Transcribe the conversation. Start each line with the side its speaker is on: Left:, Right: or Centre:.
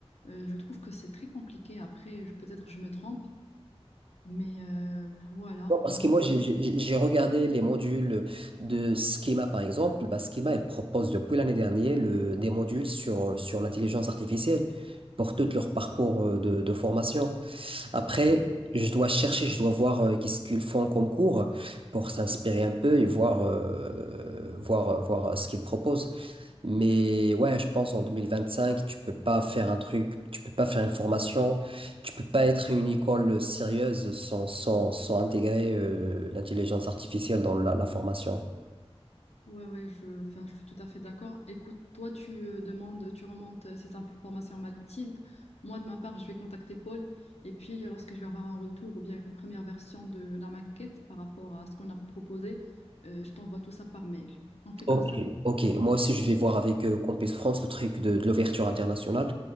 Left: Euh, je trouve que c'est très compliqué. Après, je- peut-être je me trompe, mais euh, voilà.
Right: Non, Parce
Left: Donc,
Right: que moi,
Left: on...
Right: j'ai j'ai- j'ai regardé les modules de Schema, par exemple. Bah, Schema, elle propose depuis l'année dernière le- des modules sur, sur l'intelligence artificielle pour tout leur parcours euh, de, de formation. Après,
Left: ouais.
Right: je dois chercher, je dois voir euh, qu'est-ce qu'ils font comme cours pour s'inspirer un peu et voir, euh, voir, euh, voir euh, ce qu'ils proposent. Mais ouais, je pense en 2025, tu peux pas faire un truc, tu peux pas faire une formation, tu peux pas être une école sérieuse sans, sans, sans intégrer euh, l'intelligence artificielle dans la, la formation.
Left: Ouais, ouais, je, enfin, je suis tout à fait d'accord. Écoute, toi, tu euh, demandes, tu remontes euh, ces informations à Mathilde. Moi, de ma part, je vais contacter Paul. Et puis, euh, lorsque je vais avoir un retour ou bien une première version de la maquette par rapport à ce qu'on a proposé, euh, je t'envoie tout ça par mail. On fait
Right: Ok,
Left: comme ça?
Right: ok. Moi aussi, je vais voir avec euh, Campus France le truc de, de l'ouverture internationale.